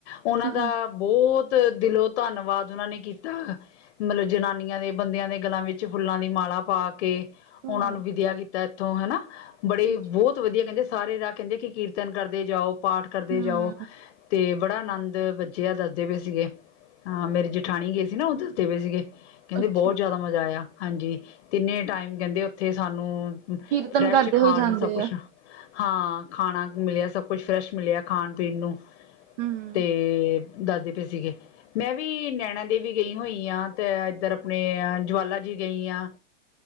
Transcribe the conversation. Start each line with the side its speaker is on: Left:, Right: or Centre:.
Left: ਉਹਨਾਂ
Right: ਹਮ
Left: ਦਾ ਬੋਤ ਦਿਲੋਂ ਧੰਨਵਾਦ ਉਹਨਾਂ ਨੇ ਕੀਤਾ ਮਤਲਬ ਜਨਾਨੀਆਂ ਦੇ ਬੰਦਿਆਂ ਦੇ ਗਲਾਂ ਵਿੱਚ ਫੁੱਲਾਂ ਦੀ ਮਾਲਾ ਪਾ ਕੇ
Right: ਹਮ
Left: ਉਹਨਾਂ ਨੂੰ ਵਿਦਿਆ ਇੱਥੋਂ ਹਨਾ, ਬੜੇ
Right: ਅੱਛਾ
Left: ਬੋਤ ਵਧੀਆ ਕਹਿੰਦੇ ਸਾਰੇ ਰਾਹ ਕਹਿੰਦੇ ਕਿ ਕੀਰਤਨ ਕਰਦੇ ਜਾਓ ਪਾਠ ਕਰਦੇ
Right: ਹੂੰ
Left: ਜਾਓ। ਤੇ ਬੜਾ ਆਨੰਦ ਬੱਚੇ ਆ ਦੱਸਦੇ ਪਏ ਸੀਗੇ, ਹਾਂ ਮੇਰੇ ਜਠਾਣੀ ਗਏ ਸੀ ਨਾ ਉਹ ਦੱਸਦੇ ਪਏ ਸੀਗੇ। ਕਹਿੰਦੇ
Right: ਅੱਛਾ
Left: ਬੋਤ ਜ਼ਿਆਦਾ ਮਜ਼ਾ ਆਇਆ ਹਾਂਜੀ, ਤਿੰਨੇ ਟਾਈਮ ਕਹਿੰਦੇ ਉੱਥੇ ਸਾਨੂੰ
Right: ਕੀਰਤਨ
Left: ਫਰੈਸ਼
Right: ਕਰਦੇ
Left: ਖਾਣ
Right: ਹੋਏ ਜਾਂਦੇ
Left: ਨੂੰ ਸਭ ਕੁਛ
Right: ਆ
Left: ਹਾਂ ਖਾਣਾ ਮਿਲਿਆ ਸਭ ਕੁਛ ਫਰੈਸ਼ ਮਿਲਿਆ ਖਾਣ-ਪੀਣ ਨੂੰ
Right: ਹਮ
Left: ਤੇ ਦੱਸਦੇ ਪਏ ਸੀਗੇ, ਮੈਂ ਵੀ ਨੈਣਾ ਦੇਵੀ ਗਈ ਹੋਈ ਆ। ਤੇ ਇੱਧਰ ਆਪਣੇ ਜਵਾਲਾ ਜੀ ਗਈ ਆ।